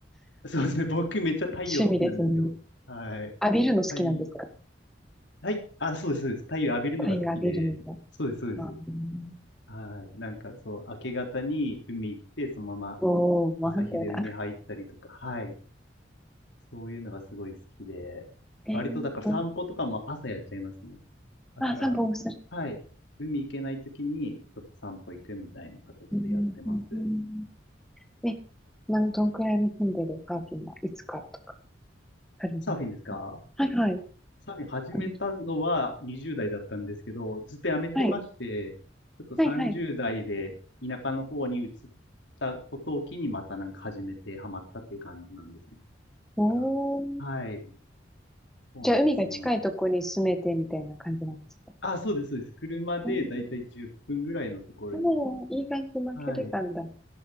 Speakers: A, on the left; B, in the centre.
A: <laughs> そうですね。僕めっちゃ太陽好きなんですよ。
B: 趣味ですね。
A: はい。
B: 浴びるの好きなんですか
A: はい。はい。あ、そうです、そうです。太陽浴びるのが好きで。
B: 太陽浴びるのが。
A: そうです、そうです。
B: あーうん
A: はい。なんかそう、明け方に海行って、そのまま
B: おー、
A: 朝日で海入ったりとか。
B: もう反対だ。
A: はい。そういうのがすごい好きで、
B: えーと、
A: 割とだから散歩とかも朝やっちゃいますね。朝、
B: あ、三本おる。
A: はい、海行けない時にちょっと散歩行くみたいな形でやってます。
B: うんうんうんうんえ、なん、どんくらいの頻度でサーフィンはいつからとかされるの
A: サーフィンですか
B: はいはい。
A: サーフィン始めたのは20代だったんですけど、
B: は
A: ずっとやめてまして、
B: い。
A: ちょっと30代で田舎の方に移っ
B: はいはい。
A: たことを機にまたなんか始めてハマったっていう感じなんですね。
B: おー。
A: だから、はい、そうなんです、
B: じゃあ、海が近いとこに住めてみたいな感じなんですか
A: そうなんです。あ、そうです、そうです。車でだいたい10分ぐらいのところに
B: うん。もう、いい感じの距離感だ。
A: はい。
B: っ